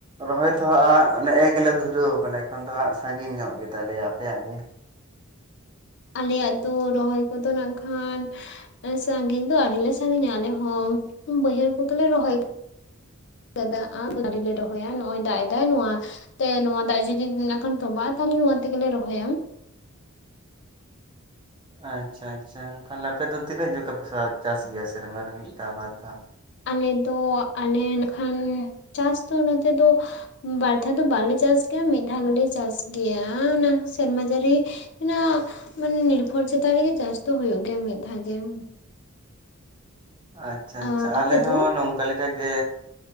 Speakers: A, on the right; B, on the left.
A: ᱨᱚᱦᱚᱭ ᱛᱚ ᱦᱟᱸᱜ ᱱᱮᱜ ᱮ ᱜᱮᱞᱮ ᱫᱷᱩᱨᱟᱹᱣ ᱟᱠᱟᱱᱟ ᱮᱠᱷᱚᱱ ᱫᱚ ᱦᱟᱸᱜ ᱥᱟᱺᱜᱤᱧ ᱧᱚᱜ ᱜᱮ ᱛᱟᱞᱮᱭᱟ ᱟᱯᱮᱭᱟᱜ ᱜᱮ?
B: ᱟᱞᱮᱭᱟᱜ ᱫᱚ ᱨᱚᱦᱚᱭ ᱠᱚᱫᱚ ᱱᱟᱜ ᱠᱷᱟᱱ ᱥᱟᱺᱜᱤᱧ ᱫᱚ ᱟᱹᱰᱤ ᱞᱮ ᱥᱟᱺᱜᱤᱧᱟ ᱟᱞᱮ ᱦᱚᱸ ᱵᱟᱹᱭᱦᱟᱹᱲ ᱠᱚᱜᱮᱞᱮ ᱨᱚᱦᱚᱭ ᱠᱟᱫᱟ ᱟ ᱢ ᱫᱟᱨᱮ ᱞᱮ ᱨᱚᱦᱚᱭᱟ ᱱᱚᱜᱼᱚᱭ ᱫᱟᱜ ᱮᱫᱟᱭ ᱱᱚᱣᱟ ᱛᱮ ᱱᱚᱣᱟ ᱫᱟᱜ ᱡᱩᱫᱤ ᱱᱟᱜ ᱠᱷᱟᱱ ᱛᱚᱢᱵᱟᱜᱼᱟ ᱛᱟᱦᱚᱞᱮ ᱱᱚᱣᱟ ᱛᱮᱜᱮ ᱞᱮ ᱨᱚᱦᱚᱭᱟ᱾
A: ᱟᱸᱪᱪᱷᱟ ᱟᱸᱪᱪᱷᱟ ᱛᱟᱦᱚᱞᱮ ᱟᱯᱮ ᱫᱚ ᱛᱤᱱᱟᱹᱜ ᱡᱚᱠᱷᱟ ᱯᱮ ᱪᱟᱥ ᱜᱮᱭᱟ ᱥᱮᱨᱢᱟ ᱨᱮ ᱢᱤᱫ ᱫᱷᱟᱣ ᱵᱟᱨ ᱫᱷᱟᱣ?
B: ᱟᱞᱮ ᱫᱚ ᱟᱞᱮ ᱱᱟᱠᱷᱟᱱ ᱪᱟᱥ ᱫᱚ ᱱᱚᱛᱮ ᱫᱚ ᱵᱟᱨ ᱫᱷᱟᱣ ᱫᱚ ᱵᱟᱞᱮ ᱪᱟᱥ ᱜᱮᱭᱟ ᱢᱤᱫ ᱫᱷᱟᱣ ᱜᱮᱞᱮ ᱪᱟᱥ ᱜᱮᱭᱟ ᱚᱱᱟ ᱦᱚᱸᱜ ᱥᱮᱨᱢᱟ ᱡᱟᱹᱲᱤ ᱤᱱᱟ ᱢᱟᱱᱮ ᱱᱤᱨᱵᱷᱚᱨ ᱪᱮᱛᱟᱱ ᱨᱮᱜᱮ ᱪᱟᱥ ᱫᱚ ᱦᱩᱭᱩᱜ ᱜᱮᱭᱟ ᱢᱤᱫ ᱫᱷᱟᱣ ᱡᱮᱦᱚᱸ᱾
A: ᱟᱸᱪᱪᱷᱟ ᱟᱸᱪᱪᱷᱟ
B: ᱟᱸ
A: ᱟᱞᱮ
B: ᱟᱯᱮ
A: ᱦᱚᱸ
B: ᱫᱚ
A: ᱱᱚᱝᱠᱟ ᱞᱮᱠᱟ ᱜᱮ